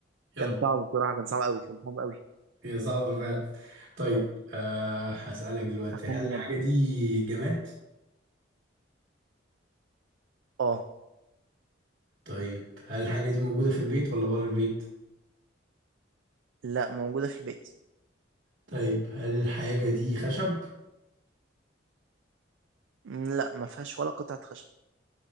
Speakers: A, on the right; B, on the right.
A: يلا
B: كان صعب بصراحه كان صعب قوي كان صعب قوي
A: هي صعبه فعلا طيب
B: ماشي.
A: أه هسألك دلوقتي
B: هخمن
A: هل الحاجه
B: انا
A: دي جماد
B: اه
A: طيب هل الحاجه دي موجوده في البيت ولا بره البيت
B: لا موجوده في البيت
A: طيب هل الحاجه دي خشب
B: مم، لا ما فيهاش ولا قطعه خشب